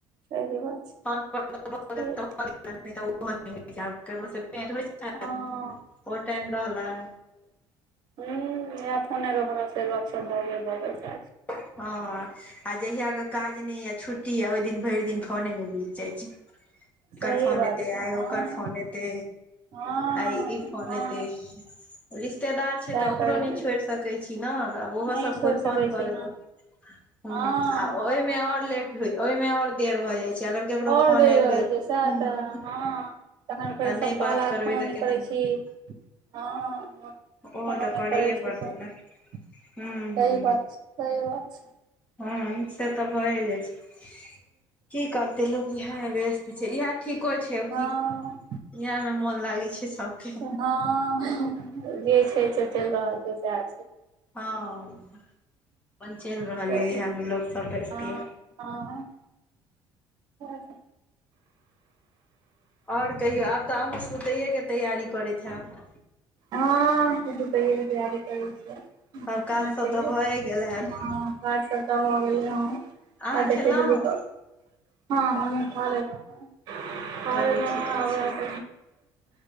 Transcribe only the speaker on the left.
<unintelligible> भऽ
जेतै त भऽ जेतै नै त ओ <unintelligible>
<unintelligible> ओ टाइम रहलैय।
हँ आ जहियाक काज नै यै छुट्टी यै ओइ दिन भरि दिन फोने मे बीत जाइ छै। <inaudible>
कर फोन
एतै
आइ
ओकर फोन एतै
आइ ई फोन
एतै। रिश्तेदार छै
तऽ ओकरो
नहि छोड़ि सकैत छी ने, आब ओहो
सब
कोइ
फोन
कऽ
देलक। ह
आ ओहिमे ओर लेट हो, ओहिमे और देर भऽ जाइ छै। अगर केकरो
फोन
आबि
गेल
तऽ
नहि
बात
करबै
तऽ
केना
हेतै
ओहो
तऽ
करैए
पड़तै
ने हूँ हूँ
हूँ
हूँ से तऽ भए जाइ छै की करतै लोक। इएहे मे व्यस्त छै, इएहे ठीको छै
की, इहे मे मोन लागे छै सबके।
हँ अपन चलि रहल
ये इएह मे लोक सब व्यस्त
ये।
आओर कहियौ आब तऽ अहूँ सुतैएके तैयारी करैत हैब।
सब
काज सब
तऽ भए गेल हैत।
अहाँ
खेलहुँ
चलू
ठीके
छै